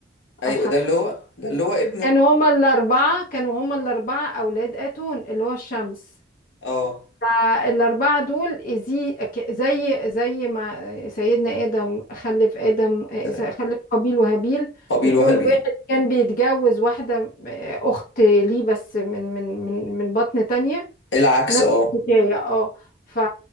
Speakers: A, on the left; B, on the left.
A: ايوه
B: او حتحور
A: ده اللي هو ده اللي هو ابنه
B: كانوا هما الاربعه كانوا هما الاربعه اولاد اتون اللي هو الشمس
A: اه
B: فالأربعة دول زي ك- زي زي ما سيدنا آدم خلف آدم آه،
A: سلام.
B: خلف قابيل وهابيل
A: قبيل
B: وكل
A: وهابيل
B: واحد كان بيتجوز واحدة آه، أخت ليه بس من من من من بطن تانية
A: العكس
B: نفس
A: اه
B: الحكاية اه فا